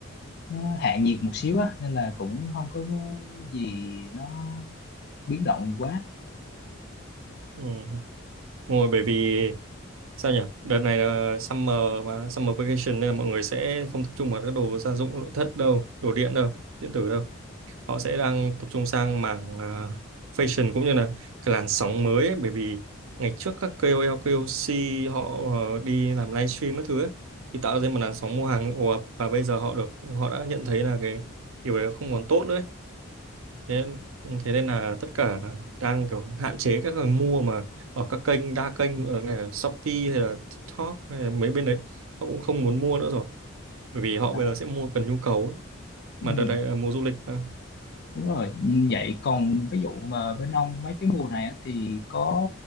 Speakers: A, on the left; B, on the right.
A: nó hạ nhiệt một xíu á nên là cũng không có gì nó biến động quá.
B: ừ. Đúng bởi vì sao nhỉ đợt này là summer mà summer vacation nên là mọi người sẽ không tập trung vào các đồ gia dụng nội thất đâu đồ điện đâu điện tử đâu họ sẽ đang tập trung sang mảng à, fashion cũng như là cái làn sóng mới ấy, bởi vì ngày trước các KOL KOC họ ờ, đi làm livestream các thứ ấy, thì tạo ra một làn sóng mua hàng ồ ạt và bây giờ họ được họ đã nhận thấy là cái điều đấy không còn tốt nữa thế thế nên là tất cả đang kiểu hạn chế các người mua mà ở các kênh đa kênh ở này là Shopee hay là TikTok hay là mấy bên đấy họ cũng không muốn mua nữa rồi bởi vì họ
A: À,
B: bây giờ sẽ mua cần nhu cầu ấy.
A: ừm,
B: mà đợt này là mùa du lịch mà.
A: đúng rồi. Vậy còn ví dụ mà bên ông mấy cái mùa này á, thì có